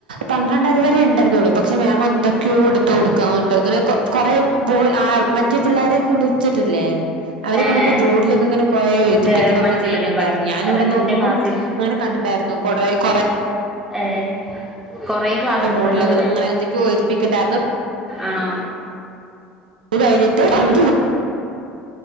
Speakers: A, on the right; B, in the centre.
A: പന്ത്രണ്ടര വരെ ഇണ്ടാരുന്നുള്ളൂ പക്ഷെ മാമ് എന്തൊക്യോ എടുത്തു കൊടുക്കാഒണ്ട് ഇങ്ങനെ കൊ കൊറെ പോ മറ്റേ പിള്ളേര് വച്ചിട്ടില്ലേ അവരെക്കൊണ്ടൊക്കെ
B: ഏഹ്
A: ബോർഡിലൊക്കിങ്ങനെ കൊറേ
B: ഇന്റെ
A: എഴുതിപ്പിക്കുന്നൊക്കെ
B: മറ്റുള്ള
A: ചെയ്യുന്നുണ്ടാരുന്നു
B: ഡിപ്പാർട്ട്മെന്റ്
A: ഞാനിവിടെ
B: അല്ല
A: നിന്ന്
B: ഇന്റെ
A: നോക്കുബം
B: ക്ലാസ്സിൽ
A: അങ്ങനെ കണ്ടി ണ്ടാരുന്നു കൊറെ കൊറെ
B: ഏ കൊറെ ക്ലാസ് എടുത്തിട്ടുണ്ടാവൂല്ലേ
A: ബോർഡിൽ ഇങ്ങനെ എന്തൊക്കെയോ എഴുതിപ്പിക്കണ്ടായിരുന്നു
B: ആണോ
A: <unintelligible> ഫാമ